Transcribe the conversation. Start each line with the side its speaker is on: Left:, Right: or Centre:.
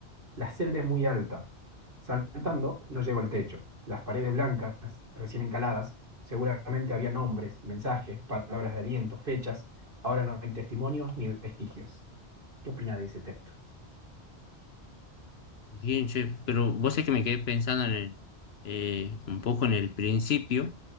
Right: La celda es muy alta. Saltando, no llego al techo. Las paredes blancas, recién encaladas, seguramente había nombres, mensajes, palabras de aliento, fechas. Ahora no hay testimonios ni vestigios. ¿Qué opina de ese texto?
Left: Bien, che, pero vos es que me quedé pensando en el, eh, un poco en el principio